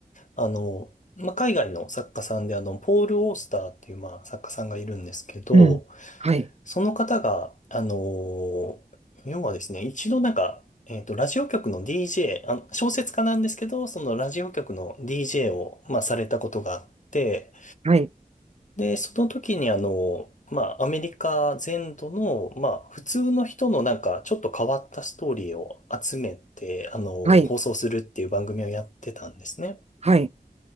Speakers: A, on the left; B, on the right.
A: あの、まあ、海外の作家さんで、あの、ポール・オースターっていう、まあ、作家さんがいるんですけど、
B: うん。はい、
A: その方が、あの、要はですね、一度なんか、えっと、ラジオ局の DJ、あの、小説家なんですけど、そのラジオ局の DJ を、まあ、されたことがあって、
B: はい、
A: で、その時にあの、まあ、アメリカ全土の、まあ、普通の人のなんか、ちょっと変わったストーリーを集めて、あの、
B: はい、
A: 放送するっていう番組をやってたんですね。
B: はい。